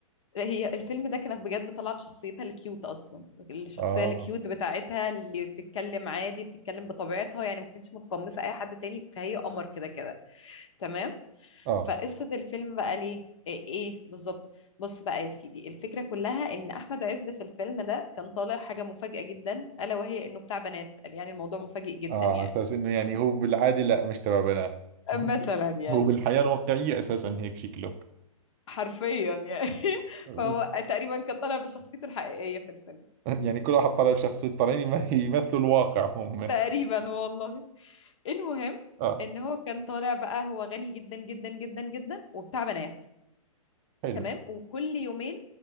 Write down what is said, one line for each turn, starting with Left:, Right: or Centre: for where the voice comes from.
Left: لا هي الفيلم ده كانت بجد طالعه في شخصيتها الكيوت اصلا الشخصيه
Right: اه
Left: الكيوت بتاعتها اللي بتتكلم عادي بتتكلم بطبيعتها يعني ما كانتش متقمصه اي حد تاني فهي قمر كده كده تمام
Right: اه
Left: فقصه الفيلم بقى ليه ايه, إيه بالظبط بص بقى يا سيدي الفكره كلها ان احمد عز في الفيلم ده كان طالع حاجه مفاجاه جدا الا وهي انه بتاع بنات يعني الموضوع مفاجئ جدا
Right: اه
Left: يعني
Right: على اساس انه يعني هو بالعادة لا مش تبع بنات هو
Left: مثلا يعني
Right: هو بالحياة الواقعية اساسا هيك شكله
Left: حرفيا يعني <laughs>
Right: <laughs>
Left: فهو تقريبا كان طالع بشخصيته الحقيقيه في الفيلم
Right: يعني كل واحد طالع بشخصية طالعين يم- يمثلوا الواقع هم
Left: تقريبا والله المهم
Right: اه
Left: ان هو كان طالع بقى هو غني جدا جدا جدا جدا وبتاع بنات
Right: حلو
Left: تمام وكل يومين